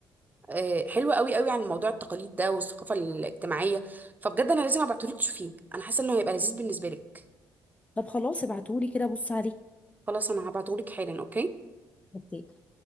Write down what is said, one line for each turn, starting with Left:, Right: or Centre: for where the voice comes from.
Right: آه، حلوه قوي قوي عن موضوع التقاليد ده والثقافه الاجتماعيه فبجد انا لازم ابعتهولك تشوفيه انا حاسه انه هيبقى لذيذ بالنسبه لك
Left: طب خلاص ابعتهولي كده بص عليه
Right: خلاص انا هبعتهولك حالا اوكي
Left: اوكي